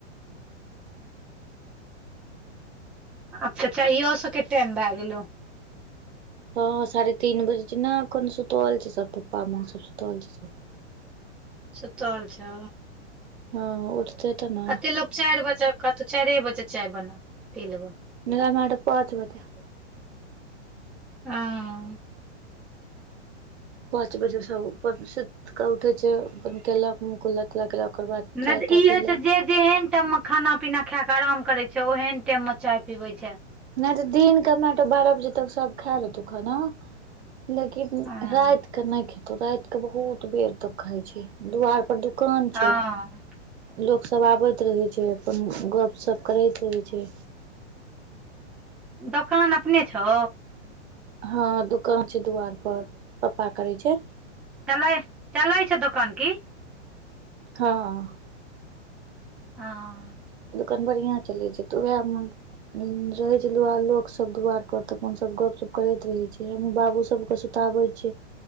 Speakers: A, in the centre; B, on the right.
A: अच्छा चाहियो सब के टाइम भए गेलौ।
B: हँ साढ़े तीन बजे छै ने, कने सुतल छै सब, पप्पा माँ सब सुतल छै सब।
A: सुतल छौ।
B: हँ उठतै तऽ ना।
A: कते लोक चारि बजे कहतौ, तू चारिए बजे चाय बना, पी लेबय।
B: मेरा यहाँ त पाँच बजे।
A: हुं।
B: पाँच बजेसँ अपन सुइत क उठै छै, बनतै या। कुला तुला केलक, ओकर बाद
A: नहि
B: चाय
A: तऽ
B: ताय
A: ई होइ
B: पीलक।
A: छै जे जेहन टाइम मे खाना पीना खाय के आराम करै छै, ओहन टाइम में चाय पीबै छै।
B: नहि तऽ दिन के नै त बारह बजे तक सब खा लेतौ खाना। लेकिन
A: हँ
B: राति के नै खेतौ, राति के बहुत बेर तक खाय छै, दुवार पर दु कान
A: हँ
B: छै। लोकसभ आबैत रहै छै अपन गपशप करैत रहै छै।
A: दोकान अपने छौ।
B: हँ दुकान छै दुआर पर, पप्पा करै छै।
A: चलै, चलै छै दोकान कि?
B: हँ।
A: हां।
B: दोकान बढ़िआं चलै छै तऽ उएह मे रहे छै दु लोक सब दुवार पर त अपन सब गप सप करैत रहे छै, हम बाबू सब के बताबै छै,